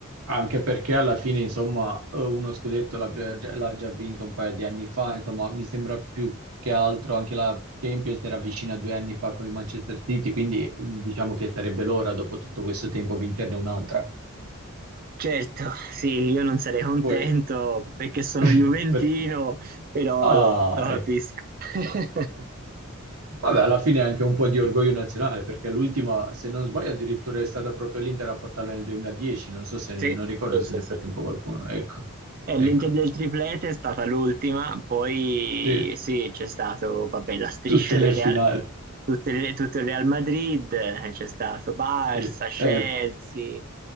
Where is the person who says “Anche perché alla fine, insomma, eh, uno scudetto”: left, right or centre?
Right